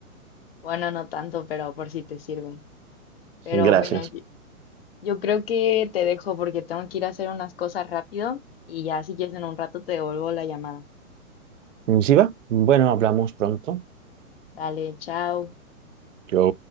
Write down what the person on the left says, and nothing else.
Bueno, no tanto, pero por si te sirve. Pero
bueno, Yo creo que te dejo porque tengo que ir a hacer unas cosas rápido y ya si quieres en un rato te devuelvo la llamada.
Dale, chao.